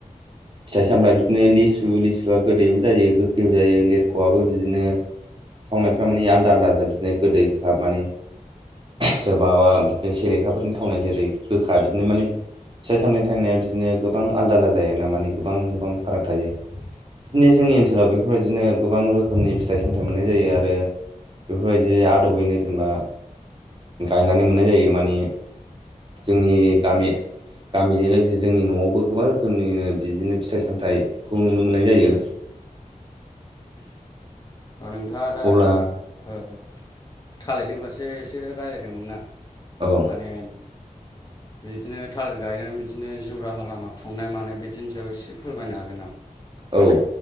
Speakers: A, on the right (about 35°); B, on the left (about 30°).
A: फिथाइ सामथाय बिदिनो लिसु लिसुआ गोदैबो जायो गोखैबो जायो लिरख'आबो बिदिनो थावनायफ्रा माने आलदा आलदाजों बिदिनो गोदै गोबाब माने सोरबाबा बिदिनो सेरेखाफोरनि थावनाय जेरै गोखा बिदिनो माने फिथाइ सामायनि थांवनाया बिदिनो गोबां आलदा आलदा जायो ना मानानि गोबां गोबां फाराग थायो बिदिनो जोंनि ओनसोलाव बेफोरबायदिनो गोबां रोखोमनि फिथाइ सामथाइ मोननाय जायो आरो बेफोरबायदि आदबैनो जेनेबा गायनानै मोननाय जायो मानि जोंनि गामि गामिजों लोगोसे जोंनि न'आवबो गोबां रोखोमनिनो बिदिनो फिथाइ सामथाइखौ नुनो मोननाय जायो <inaudible>
B: अनोंथाङा दा
A: अब्ला
B: ओ थालिरनि फारसे रायलायदोंमोन ना
A: औ
B: माने
A: <inaudible>
B: बिदिनो थालिर गायनानै बिदिनो जिउ राहा लामा खुंनाय मानाय बिदिनि सायाव एसे फोरमायना हादो
A: औ आदि